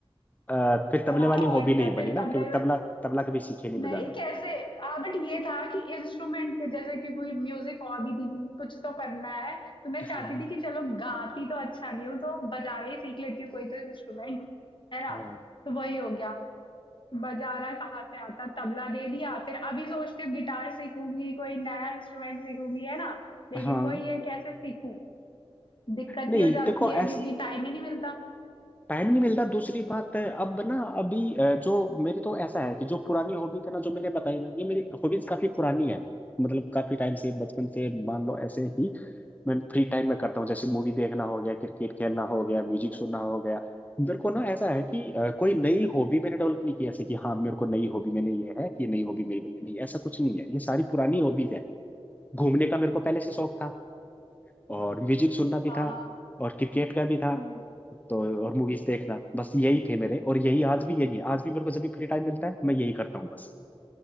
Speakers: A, on the left (about 15°); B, on the left (about 55°).
A: अ, फिर तबले
B: हाँ
A: वाली
B: और
A: हॉबी नहीं
B: क्या
A: बनी
B: फिर
A: ना
B: तबला
A: क्योंकि
B: ही
A: तबला तबला कभी सीखे नहीं
B: नहीं
A: बजाना
B: कैसे हाँ बट ये था कि इंस्ट्रूमेंट के जैसे कि कोई म्यूजिक और भी थी कि कुछ तो करना है तो मैं
A: हाँ
B: चाहती थी कि चलो गाती तो अच्छा नहीं हूँ तो बजाना ही सीख लेती हूँ कोई तो इंस्ट्रूमेंट है ना
A: हाँ
B: तो वही हो गया बजाना कहाँ से आता तबला दे दिया फिर अभी सोचती हूँ गिटार सीखूंगी कोई नया इंस्ट्रूमेंट सीखूंगी है ना लेकिन
A: हाँ
B: वही है कैसे सीखूं दिक्कत
A: नहीं
B: ही हो जाती
A: देखो
B: है
A: ऐस
B: क्योंकि टाइम ही नहीं मिलता
A: टाइम नहीं मिलता दूसरी बात है अब ना अभी अ, जो मेरे तो ऐसा है कि जो पुरानी हॉबी थे ना जो मैंने बताई ना ये मेरी हॉबीज काफी पुरानी है मतलब काफी टाइम से बचपन से मान लो ऐसे ही मैं फ्री टाइम में करता हूँ जैसे मूवी देखना हो गया क्रिकेट खेलना हो गया म्यूजिक सुनना हो गया मेरे को ना ऐसा है कि अ, कोई नई हॉबी मैंने डेवलप नहीं की ऐसे कि हाँ मेरे को नई हॉबी मैंने ये है कि नई हॉबी मेरी बनी है। नहीं ऐसा कुछ नहीं है ये सारी पुरानी हॉबीज है घूमने का मेरे को पहले से शौक था और म्यूजिक सुनना भी
B: हाँ
A: था और क्रिकेट का भी था
B: हाँ
A: तो और मूवीज देखना बस यही थे मेरे और यही आज भी यही है आज भी मेरे को जब भी फ्री टाइम मिलता है मैं यही करता हूँ बस